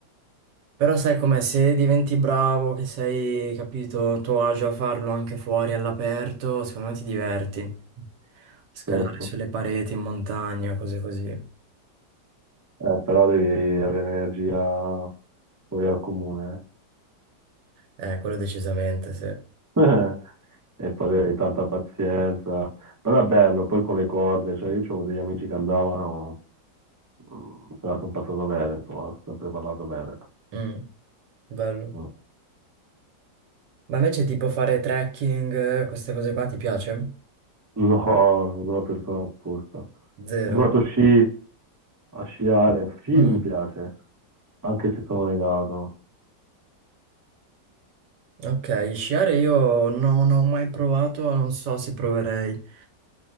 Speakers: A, on the right (about 70°); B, on the right (about 25°).
A: Però sai com'è, se diventi bravo, che sei, capito, a tuo agio a farlo anche fuori all'aperto, secondo me ti diverti. Scalare
B: certo.
A: sulle pareti, in montagna, cose così.
B: Eh, però devi avere energia poi al comune.
A: Eh, quello decisamente, sì.
B: eh. <laughs> E poi avevi tanta pazienza. Però è bello, poi con le corde, cioè io avevo degli amici che andavano, mm, se la sono passata bene, insomma, ho sempre parlato bene.
A: Mm, bello.
B: Mm.
A: Ma invece tipo fare trekking, eh, queste cose qua ti piace?
B: No, sono una persona opposta. Ho
A: Zero.
B: provato sci, a sciare, sci
A: Mm,
B: mi piace, anche se sono negato.
A: ok, sciare io non ho mai provato, non so se proverei.